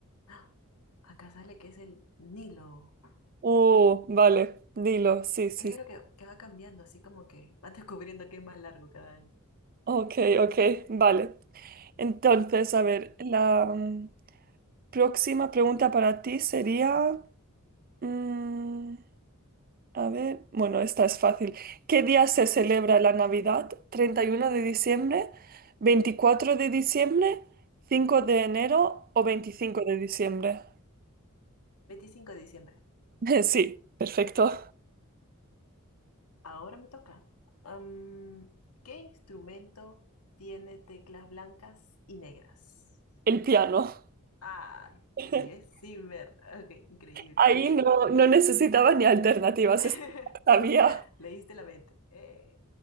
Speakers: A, on the left (about 85°); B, on the right (about 40°).
A: ¡Ah! Acá sale que es el Nilo.
B: Uh, vale, Nilo, sí, sí.
A: Es que creo que, que va cambiando, así como que va <laughs> descubriendo que es más largo cada año.
B: Ok, ok, vale. Entonces, a ver, la mm, próxima pregunta para ti sería, mm, a ver, bueno, esta es fácil. ¿Qué día se celebra la Navidad? Treinta y uno de diciembre, 24 de diciembre, 5 de enero o 25 de diciembre?
A: veinticinco de diciembre.
B: <laughs> Sí, perfecto.
A: Ahora me toca. Am, ¿qué instrumento tiene teclas blancas y negras?
B: el piano.
A: Ay,
B: <laughs>
A: Yes Zimmer. Ok, increíble.
B: Ahí no, no necesitaba ni alternativas,
A: <laughs>
B: es- sabía.
A: Leíste la mente. Eh,